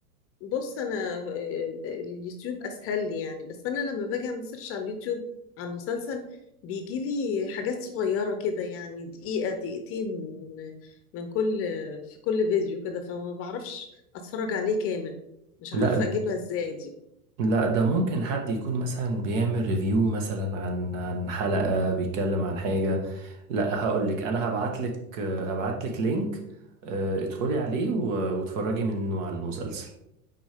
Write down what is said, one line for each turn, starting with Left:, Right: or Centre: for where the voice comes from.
Left: بص انا آه، اليوتيوب اسهل لي يعني بس انا لما باجي اعمل سيرش على اليوتيوب على المسلسل بيجي لي حاجات صغيره كده يعني دقيقه دقيقتين من من كل في كل فيديو كده فما بعرفش اتفرج عليه كامل مش عارفه
Right: لا
Left: اجيبها ازاي دي
Right: لا ده ممكن حد يكون مثلا بيعمل ريفيو مثلا عن عن حلقة بيتكلم عن حاجة لا هقول لك انا هبعت لك هبعت لك لينك آه، ادخلي عليه و- واتفرجي منه على المسلسل